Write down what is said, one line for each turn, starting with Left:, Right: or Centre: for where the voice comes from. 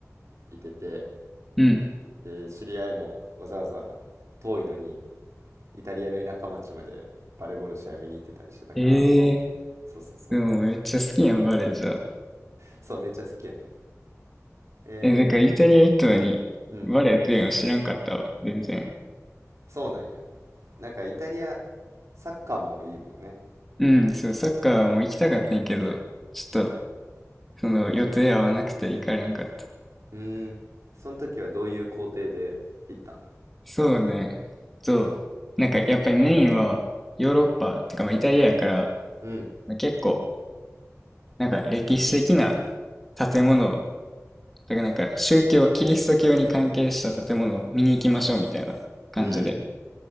Right: いてて
Centre: うん。
Right: で知り合いもわざわざ遠いのにイタリアの田舎町までバレーボールの試合見に行ってたりしてたから
Centre: ええ
Right: そうそうそう
Centre: でもめっちゃ好きやん、バレエじゃあ。
Right: そうめっちゃ好きやねえ
Centre: え、だからイタリア行ったのに、
Right: ーうん
Centre: バレエっていうの知らんかったわ、全然。
Right: そうなんやなんかイタリアサッカーもいいもんね
Centre: うん、そう、サッカーも行きたかったんやけど、ちょっと、その、予定合わなくて行かれんかった。
Right: うーん。その時はどういう工程で行ったん
Centre: そうね。そう。なんか、やっぱりメインは、ヨーロッパ、てかまあイタリアやから、
Right: うん。
Centre: まあ、結構、なんか歴史的な建物を、だからなんか宗教、キリスト教に関係した建物を見に行きましょうみたいな感じで
Right: うん。